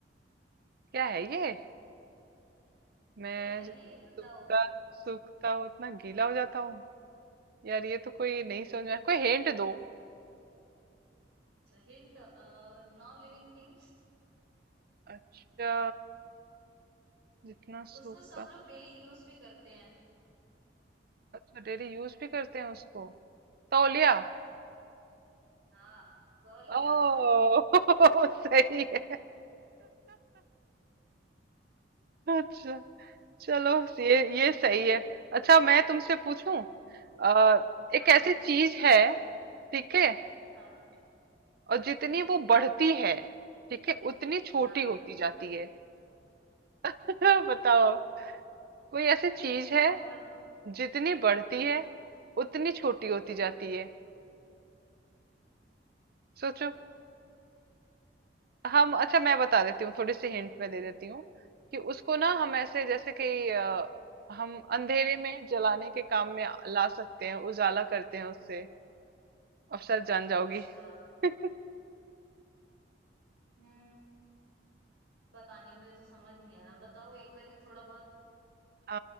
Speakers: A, on the right; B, on the right.
A: क्या है ये मैं
B: क्या है
A: जितना
B: ये बताओ
A: सूखता सूखता हूँ उतना गीला हो जाता हूँ यार ये तो कोई नहीं समझ में आया। कोई हिंट दो
B: अच्छा हिंट Non living things
A: अच्छा जितना सूखता
B: उसको सब लोग डेली यूज भी करते हैं
A: अच्छा डेली यूज भी करते हैं उसको तौलिया
B: हाँ कॉल लिया
A: ओ
B: <laughs>
A: <laughs> सही है अच्छा चलो ये ये सही है अच्छा मैं तुमसे पूछूं आ, एक
B: हाँ
A: ऐसी
B: पूछे
A: चीज है ठीक है
B: हाँ
A: और जितनी वो बढ़ती है ठीक है उतनी छोटी
B: हाँ
A: होती जाती है <laughs> बताओ आप कोई ऐसी चीज
B: जितनी
A: है
B: वो बड़
A: जितनी बढ़ती है उतनी छोटी होती जाती है सोचो हम अच्छा मैं बता देती हूँ थोड़ी सी हिंट में दे देती हूँ कि उसको ना हम ऐसे जैसे कि अ, हम अंधेरे में जलाने के काम में ला सकते हैं उजाला करते हैं उससे अब शायद जान जाओगी
B: अच्छा
A: <laughs>
B: हम्म पता नहीं मुझे तो समझ नहीं आ रहा बताओ एक बार ही थोड़ा बहुत
A: अ,